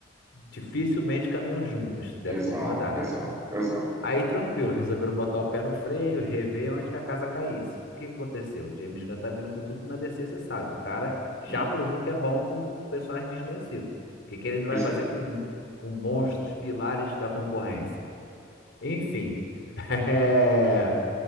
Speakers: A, on the left (about 65°); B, on the right (about 15°).
A: dificilmente caminham juntas, deve
B: Exato,
A: concordar.
B: exato, exato.
A: Aí tranquilo, resolveram botar o pé no freio, rever onde que a casa caísse. O que que aconteceu? O James Gunn tá vindo com tudo na DC, você sabe. O cara
B: Sim,
A: já provou que é bom com personagem desconhecido. O que que ele não
B: pois
A: vai fazer
B: é.
A: com, com monstros, pilares da concorrência? Enfim, <laughs> é,